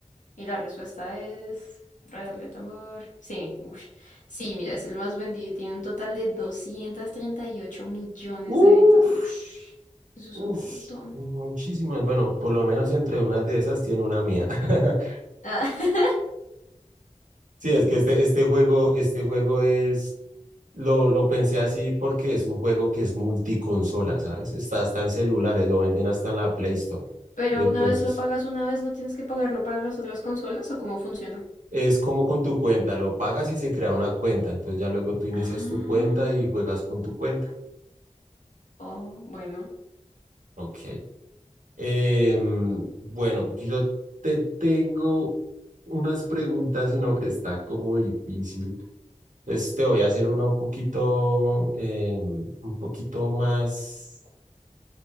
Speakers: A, on the left (about 80°); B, on the right (about 85°).
A: Y la respuesta es... Redoble de tambor. Sí, ush. Sí, mira, es el más vendido. Tiene un total de doscientos treinta y ocho millones
B: Uf,
A: de ventas. Ush. Eso es
B: uf,
A: un montón.
B: muchísimas. Bueno, por lo menos entre unas de esas tiene una mía. <laughs>
A: Ah, <laughs>
B: Sí, es que este, este juego, este juego es, lo, lo pensé así porque es un juego que es multiconsola, ¿sabes? Está hasta en celulares, lo venden hasta en la Play Store.
A: pero
B: Entonces,
A: una vez lo pagas, una vez no tienes que pagarlo para las otras consolas o cómo funciona.
B: es como con tu cuenta, lo pagas y se crea una cuenta. Entonces ya luego tú inicias
A: Ah.
B: tu cuenta y juegas con tu cuenta.
A: Oh, bueno.
B: Ok. Em, bueno, yo te tengo unas preguntas, sino que está como difícil. Entonces te voy a hacer una un poquito, em, un poquito más,